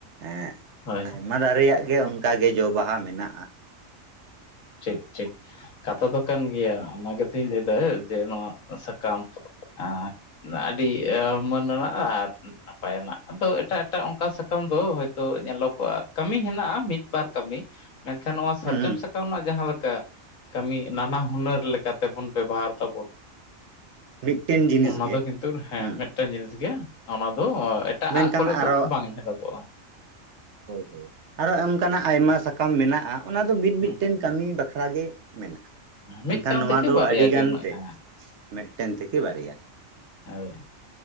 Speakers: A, on the right; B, on the left.
A: ᱾
B: ᱦᱳᱭ
A: ᱟᱭᱢᱟ ᱫᱟᱨᱤᱭᱟᱜ ᱜᱮ ᱚᱱᱠᱟᱜᱮ ᱡᱚ ᱵᱟᱦᱟ ᱢᱮᱱᱟᱜᱼᱟ ᱾
B: ᱴᱷᱤᱠ ᱴᱷᱤᱠ ᱠᱟᱛᱷᱟ ᱫᱚ ᱠᱟᱱ ᱜᱮᱭᱟ ᱚᱱᱟ ᱜᱮᱛᱤᱧ ᱞᱟᱹᱭᱫᱟ ᱡᱮ ᱱᱚᱣᱟ ᱥᱟᱠᱟᱢ ᱟᱨ ᱟᱰᱤ ᱢᱟᱹᱱᱟᱜ ᱟᱨ ᱱᱟᱯᱟᱭ ᱨᱮᱱᱟᱜ ᱟᱫᱚ ᱮᱴᱟᱜ ᱮᱴᱟᱜ ᱚᱱᱠᱟ ᱥᱟᱠᱟᱢ ᱫᱚ ᱦᱚᱭᱛᱳ ᱧᱮᱞᱚᱜᱚᱜᱼᱟ ᱠᱟᱹᱢᱤ ᱦᱮᱱᱟᱜᱼᱟ ᱢᱤᱫ ᱵᱟᱨ ᱠᱟᱹᱢᱤ ᱢᱮᱱᱠᱷᱟᱱ ᱱᱚᱣᱟ ᱥᱟᱨᱡᱚᱢ
A: ᱦᱩᱸ
B: ᱥᱟᱠ ᱟᱢ ᱚᱱ ᱡᱟᱦᱟᱸ ᱞᱮᱠᱟ ᱠᱟᱹᱢᱤ ᱱᱟᱱᱟ ᱦᱩᱱᱟᱹᱨ ᱞᱮᱠᱟᱛᱮᱵᱚᱱ ᱵᱮᱵᱚᱦᱟᱨ ᱫᱟᱵᱚᱱ
A: ᱢᱤᱫᱴᱮᱱ ᱡᱤᱱᱤᱥ
B: ᱚᱱᱟ
A: ᱜᱮ
B: ᱫᱚ ᱠᱤᱱᱛᱩ ᱦᱮᱸ
A: ᱦᱩᱸ
B: ᱢᱤᱫᱴᱟᱝ ᱡᱤᱱᱤᱥ ᱜᱮ ᱚᱱᱟ ᱫᱚ ᱮᱴᱟᱜᱟᱜ
A: ᱢᱮᱱᱠᱷᱟᱱ
B: ᱠᱚᱨᱮ
A: ᱟᱨᱚ
B: ᱫᱚ ᱵᱟᱝ ᱧᱮᱞᱚᱜᱚᱜᱼᱟ
A: ᱦᱳᱭ ᱦᱳᱭ ᱟᱨᱚ ᱚᱱᱠᱟᱱᱟᱜ ᱟᱭᱢᱟ ᱥᱟᱠᱟᱢ ᱢᱮᱱᱟᱜᱼᱟ ᱚᱱᱟ ᱫᱚ ᱢᱤᱫᱼᱢᱤᱫᱴᱮᱱ
B: ᱦᱩᱸ
A: ᱠᱟᱹᱢᱤ ᱵᱟᱠᱷᱨᱟ ᱜᱮ ᱢᱮᱱᱟᱜ
B: ᱢᱤᱫᱴᱟᱝ
A: ᱮᱱᱠᱷᱟᱱ ᱱᱚᱣᱟ
B: ᱛᱷᱮᱠᱮ
A: ᱫᱚ
B: ᱵᱟᱨᱭᱟ
A: ᱟᱹᱰᱤ ᱜᱟᱱ
B: ᱡᱚᱱ
A: ᱛᱮ
B: ᱦᱮᱸ
A: ᱢᱮᱫᱴᱮᱱ ᱛᱷᱮᱠᱮ ᱵᱟᱨᱭᱟ
B: ᱦᱮᱸ